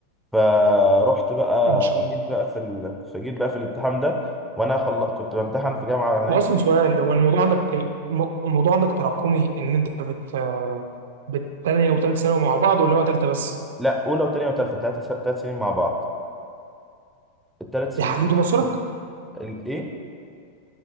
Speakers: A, in the centre; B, on the right.
A: فروحت بقى
B: ما شاء الله
A: جيت بقى في ال... فجيت بقى في الامتحان ده وانا خل... كنت بامتحن في جامعه هناك
B: هو اصلا سؤال هو الموضوع عندك الم- الموضوع عندك تراكمي ان انت بت بالتانية وتالت ثانوي مع بعض ولا هو تالتة بس
A: لا اولى وثانيه وثالثه ثلاث ثلاث سنين مع بعض الثلاث سنين
B: بيحددوا مصيرك
A: الايه